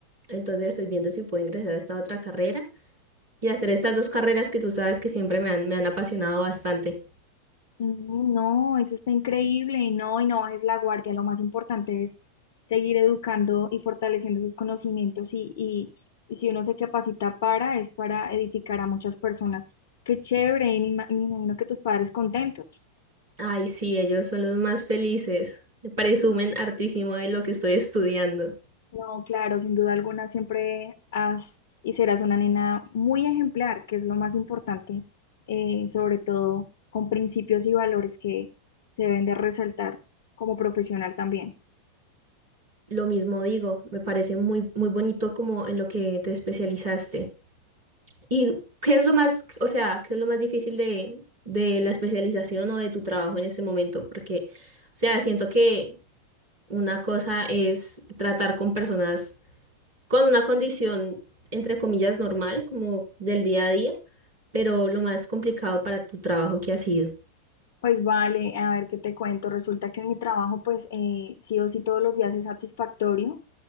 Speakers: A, on the right; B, on the left.
A: Entonces estoy viendo si puedo ingresar a esta otra carrera y hacer estas dos carreras que tú sabes que siempre me han, me han apasionado bastante.
B: Mm, No, eso está increíble, no, y no bajes la guardia, lo más importante es seguir educando y fortaleciendo sus conocimientos y, y- y si uno se capacita para, es para edificar a muchas personas. Qué chévere, y me ima- me imagino que tus padres contentos.
A: Ay, sí, ellos son los más felices. Presumen hartísimo de lo que estoy estudiando.
B: No, claro, sin duda alguna siempre has y serás una nena muy ejemplar, que es lo más importante, eh, sobre todo con principios y valores que se deben de resaltar como profesional también.
A: Lo mismo digo, me parece muy, muy bonito como en lo que te especializaste. ¿Y qué es lo más, o sea, qué es lo más difícil de, de la especialización o de tu trabajo en este momento? Porque, o sea, siento que una cosa es tratar con personas con una condición, entre comillas, normal, como del día a día, pero lo más complicado para tu trabajo que ha sido.
B: Pues vale, a ver qué te cuento. Resulta que en mi trabajo, pues eh, sí o sí todos los días es satisfactorio